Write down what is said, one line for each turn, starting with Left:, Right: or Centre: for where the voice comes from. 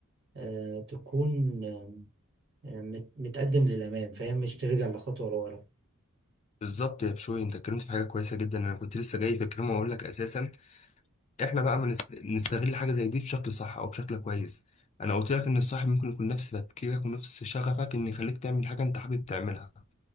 Right: آه، تكون آه، آه، مت- متقدم للأمام فاهم مش ترجع لخطوة لورا
Left: بالظبط يا بشوي انت اتكلمت في حاجه كويسه جدا انا كنت لسه جاي في الكلام واقول لك اساسا احنا بقى ما نست- نستغل حاجه زي دي بشكل صح او بشكل كويس انا قلت لك ان الصاحب ممكن يكون نفس تفكيرك ونفس شغفك ان يخليك تعمل حاجه انت حابب تعملها